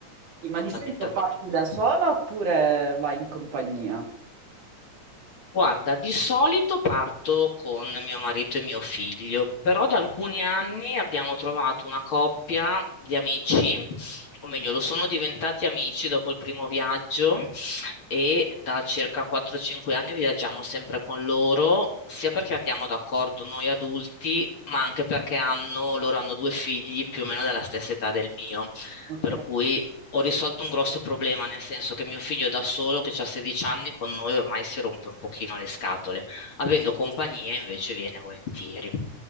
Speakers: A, on the right; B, on the left.
A: Sì, Ma
B: fondamentalmente
A: di solito parti
B: quello.
A: da sola oppure vai in compagnia?
B: Guarda, di solito parto con mio marito e mio figlio, però da alcuni anni abbiamo trovato una coppia di amici, o meglio, lo sono diventati amici dopo il primo viaggio e da circa 4-5 anni viaggiamo sempre con loro, sia perché andiamo d'accordo noi adulti, ma anche perché hanno, loro hanno due figli più o meno della stessa età del mio,
A: Ok,
B: per cui ho risolto un grosso problema, nel senso che mio figlio da solo, che ha 16 anni, con noi ormai si rompe un pochino le scatole. Avendo compagnia invece viene volentieri.